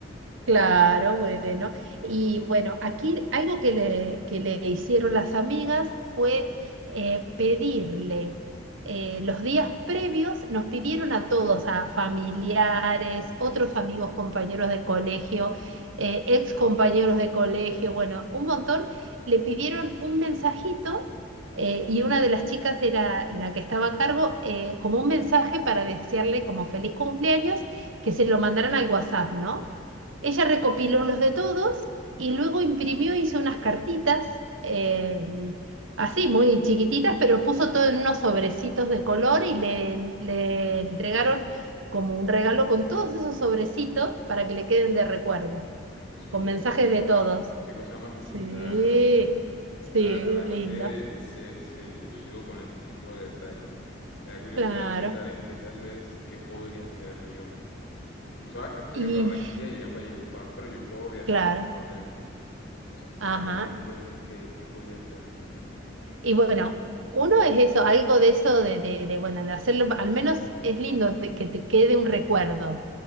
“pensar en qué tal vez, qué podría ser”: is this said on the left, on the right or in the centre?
Left